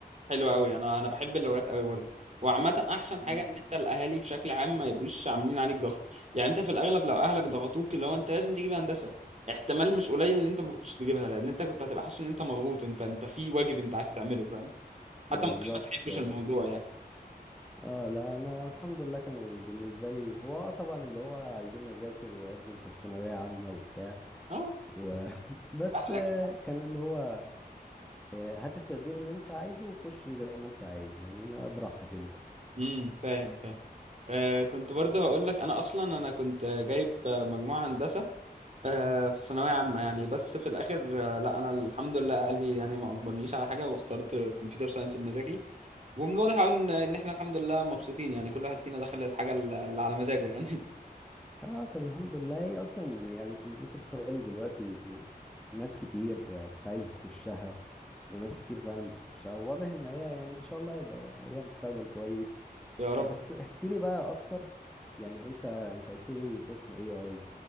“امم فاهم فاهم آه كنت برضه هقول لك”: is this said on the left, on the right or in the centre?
Right